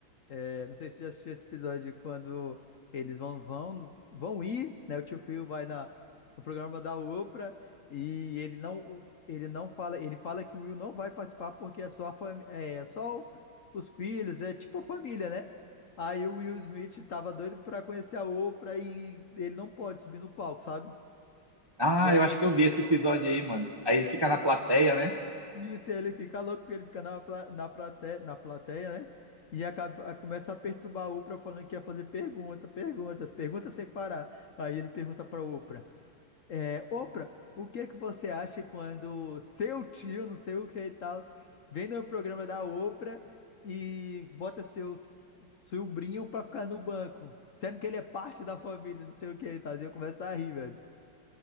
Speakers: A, on the left; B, on the right.
A: É, não sei se você já assistiu esse episódio de quando eles vão vão no- vão ir, né? O tio Phil vai na, no programa da UPA e ele não ele não fala, ele fala que o Will não vai participar porque é só a fami- é só o- os filhos, é tipo a família, né? Aí o Will Smith tava doido pra conhecer a Oprah e ele não pode subir no palco, sabe?
B: Ah,
A: E aí
B: eu acho
A: ele
B: que
A: fica
B: eu vi esse episódio aí, mano. Aí ele fica na plateia, né?
A: E isso ele fica louco, porque ele fica na, pla- na, plateia, na plateia, né? E acaba, começa a perturbar a Oprah falando que ia fazer pergunta, pergunta, pergunta sem parar. Aí ele pergunta pra Oprah, é, Oprah, o que é que você acha quando seu tio, não sei o que e tal, vem no programa da Oprah e bota seus sobrinho pra ficar no banco, sendo que ele é parte da família, não sei o que e tal. E eu começo a rir, velho.